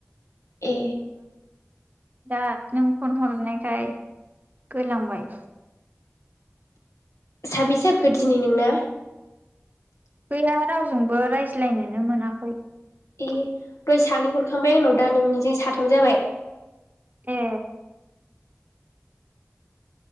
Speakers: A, on the left; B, on the right.
A: ए
B: दा नों फन हरनायखाय गोलांबाय
A: साबेसो जाखो दिनै नोंना
B: गैया रावजोंबो रायज्लायनोनो मोनाखै
A: ए दय सानै हरखांबाय आंनाव दा नोंनिजों साथाम जाबाय औ
B: ए